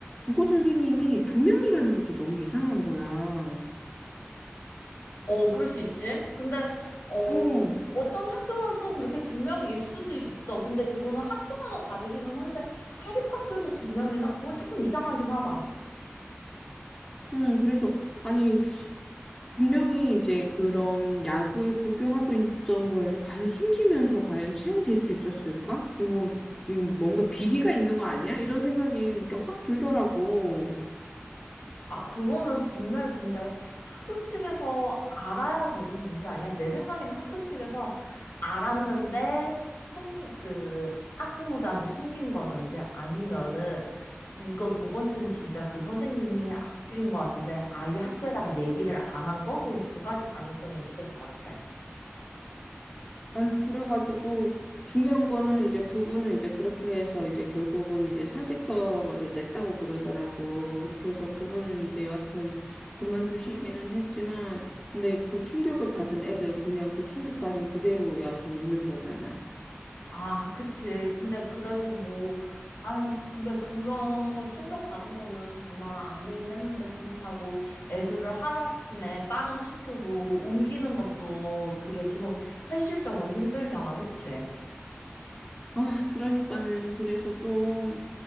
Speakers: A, on the left; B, on the left.
A: 국어 선생님이 두 명이라는 것도 너무 이상한 거야.
B: 어, 그럴 수 있지. 근데, 어,
A: 응,
B: 어떤 학교는 또 그렇게 두 명일 수도 있어. 근데 그거는 학교마다 다르기는 한데, 사립학교에서 두 명이다? 그건 조금 이상하긴 하다.
A: 응, 그래서, 아니, 분명히 이제 그런 약을 복용하고 있던 걸 과연 숨기면서 과연 채용될 수 있었을까? 이거 지금 뭔가 비리가 있는 거 아니야? 이런 생각이 이렇게 확 들더라고.
B: 아, 그거는 분명히 근데 학교 측에서 알아야 되는 문제 아니야? 내 생각엔 학교 측에서 알았는데 숨, 그, 학부모들한테 숨긴 거든지 아니면은 이거 두 번째는 진짜 그 선생님이 악질인 것 같은데 아예 학교에다가 얘기를 안 한 거? 그냥 두 가지 가능성이 있을 것 같아.
A: 아휴, 그래가지고 중요한 거는 이제 그분은 이제 그렇게 해서 이제 결국은 이제 사직서를 냈다고 그러더라고. 그렇게 해서 그분은 이제 여하튼 그만두시기는 했지만, 근데 그 충격을 받은 애들은 그냥 그 충격받은 그대로 여하튼 있는 거잖아.
B: 아, 그치. 근데 그래도 뭐, 아유, 근데 그런 거 충격받은 거는 정말 안 되긴 했는데, 그렇다고 애들을 하루아침에 다른 학교로 옮기는 것도 그게 조금 현실적으로 힘들잖아, 그치?
A: 아, 그러니까는 그래서 좀